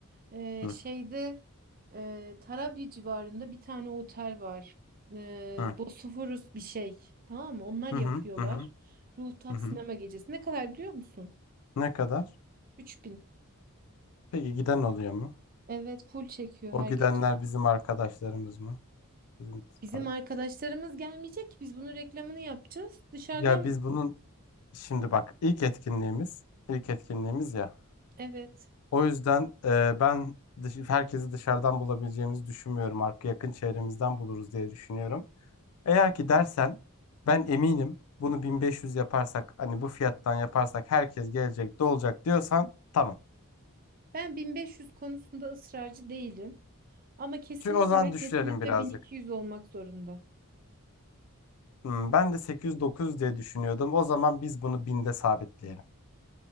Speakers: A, on the right; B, on the left.
A: Ee,
B: Hı
A: şeyde e, Tarabya civarında bir tane otel var. Ee,
B: hı,
A: Bosphorus bir şey. Tamam mı? Onlar
B: hı
A: yapıyorlar.
B: hı, hı hı.
A: Rooftop
B: hı hı.
A: sinema gecesi. Ne kadar biliyor musun?
B: Ne kadar?
A: 3000.
B: Peki giden oluyor mu?
A: Evet, full çekiyor
B: O
A: her
B: gidenler
A: gece.
B: bizim arkadaşlarımız mı? Bizim
A: Bizim
B: tar-
A: arkadaşlarımız gelmeyecek ki biz bunun reklamını yapacağız. Dışarıdan
B: Ya biz bunun şimdi bak ilk etkinliğimiz ilk etkinliğimiz ya.
A: evet.
B: O yüzden e, ben dış, herkesi dışarıdan bulabileceğimizi düşünmüyorum. Arka yakın çevremizden buluruz diye düşünüyorum. Eğer ki dersen ben eminim bunu 1500 yaparsak hani bu fiyattan yaparsak herkes gelecek dolacak diyorsan tamam.
A: Ben bin beş yüz konusunda ısrarcı değilim. Ama kesinlikle
B: Çünkü o zaman
A: ve kesinlikle
B: düşürelim birazcık.
A: bin iki yüz olmak zorunda.
B: Hmm, ben de 800-900 diye düşünüyordum. O zaman biz bunu binde sabitleyelim.